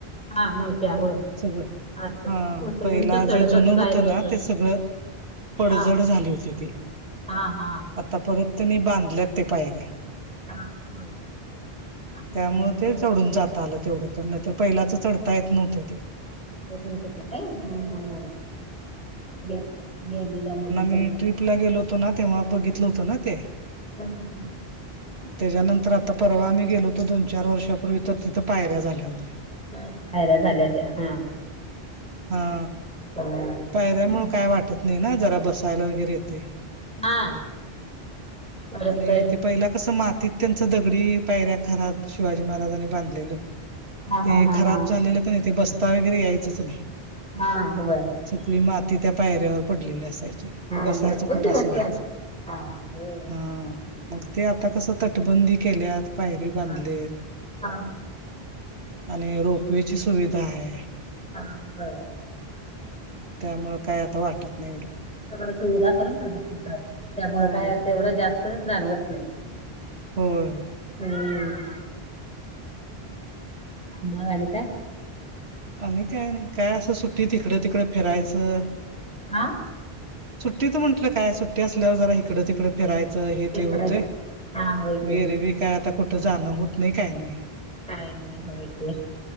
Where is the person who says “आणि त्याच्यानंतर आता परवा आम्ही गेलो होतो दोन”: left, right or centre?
Right